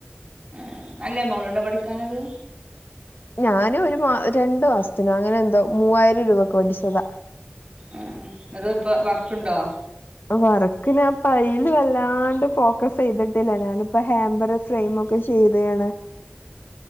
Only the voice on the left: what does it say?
ഞാനും ഒരു മാ രണ്ടു മാസത്തിനും അങ്ങനെ എന്തോ മൂവായിരം രൂപക്ക്െ മേടിച്ചതാ
വറക്കിിന ആ പൈൽ വല്ലാണ്ട് ഫോക്കസ് ചെയ്തിട്ടില്ല ഞാനിപ്പ ഹേംബർ ഫ്രെമ ഒക്കെ ചെയ്തയാണ്